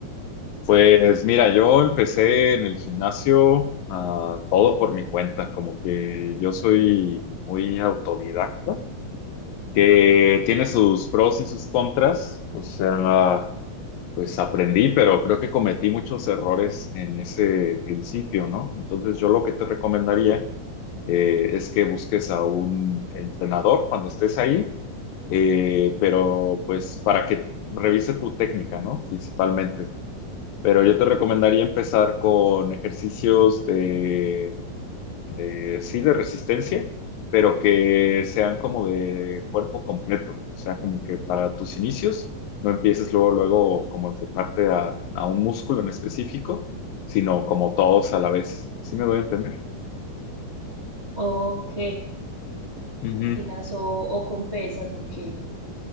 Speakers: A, on the left (about 75°); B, on the right (about 85°).
A: Pues mira, yo empecé en el gimnasio ah, todo por mi cuenta, como que yo soy muy autodidacta, que tiene sus pros y sus contras. O sea, Pues aprendí, pero creo que cometí muchos errores en ese principio, ¿no? Entonces yo lo que te recomendaría eh, es que busques a un entrenador cuando estés ahí, eh, pero pues para que revise tu técnica, ¿no? Principalmente. Pero yo te recomendaría empezar con ejercicios de de, sí, de resistencia, pero que sean como de cuerpo completo. O sea, como que para tus inicios no empieces luego, luego como enfocarte a, a un músculo en específico, sino como todos a la vez. ¿Sí me doy a entender?
B: Ok,
A: Ujú.
B: rutinas o, o con pesas o qué.